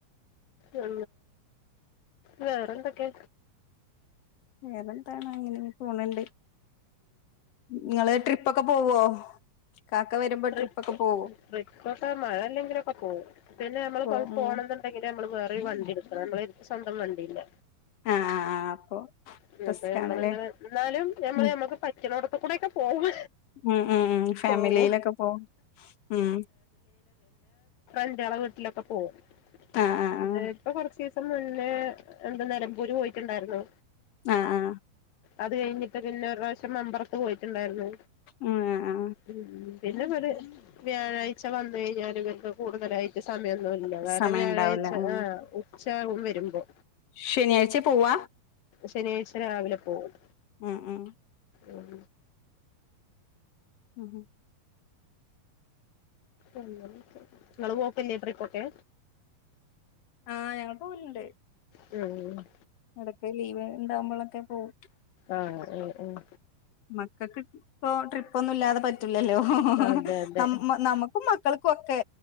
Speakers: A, on the left; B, on the left.
A: ആ വേറെന്തൊക്കെ
B: വേറെന്താണ് ഇങ്ങനെ പോണണ്ട് നിങ്ങള് ട്രിപ്പൊക്കെ പോവോ കാക്ക വരുമ്പോ
A: ട്രിപ്പ്
B: ട്രിപ്പൊക്കെ പോവോ
A: ട്രിപ്പൊക്കെ മഴ ഇല്ലെങ്കിലൊക്കെ പോവും പിന്നെ നമ്മള്
B: പോ ഉം
A: പോണന്ന്ണ്ടെങ്കില് നമ്മള് വേറൊരു വണ്ടി എടുക്കണം നമ്മളെ സ്വന്തം വണ്ടിയില്ല
B: ആഹ് ആഹ് അപ്പൊ
A: <unintelligible>
B: റിസ്ക്
A: നമ്മളിങ്ങനെ
B: ആണല്ലേ
A: എന്നാലും ഞമ്മള്
B: ഉം
A: ഞമ്മക്ക് പറ്റണോടുത്ത് കൂടെയൊക്കെ പോവും
B: ഉം ഉം ഉം ഫാമിലിയിലൊക്കെ
A: പോവും
B: പോവും ഉം
A: ൻ്റാളെ വീട്ടിലൊക്കെ പോവും
B: ആ ആ
A: പിന്നെ
B: ആ
A: ഇപ്പൊ കൊറച്ചീസം മുൻ പി എന്താ നെലമ്പൂര് പോയിട്ടുണ്ടായിരുന്നു
B: ആ ആ
A: അത് കഴിഞ്ഞിട്ട് പിന്നെ ഒരു പ്രാവ്ശ്യം മമ്പറത്ത് പോയി ണ്ടായിരുന്നു
B: ഉം ആ ആ
A: ഉം ഉ പിന്നെ ഒരു വ്യാഴാഴ് ക്ഷ വന്നെഴിഞ്ഞാല് ങ്ങക്ക് കൂടുതലായി ക് സമയം ന്ന് വെല്ല കാര്ണം
B: സമയം
A: വ്യാഴാഴ്ച
B: ഉണ്ടാവൂല ഉം
A: ആ ഉച്ചാഉം വെ എമ്പൊ
B: ശനിയാഴ്ച പോവാ?
A: ശനിയാഴ്ച രാവിലെ പോഉം
B: ഉം ഉം
A: ഉം
B: ഉം
A: ഉം <unintelligible> ങ്ങളും കോകെന്നെ ത്രയ് കോട്ടെ
B: ആഹ് ഞാൻ പോഉണ്ട്
A: ഉം
B: എടക് ലീവ് ണ്ടാമ്പോളൊക്കെ പോവു
A: ആഹ് ഉം ഉം
B: മക്കൾക്ക് പ്പൊ ട്രിപ്പൊന്നു ല്ലാതെ പറ്റു ല്ലല്ലോ
A: അതെ അതെ
B: നമ് നമ്മുക്കും മക്കൾക്കും ഒക്കെ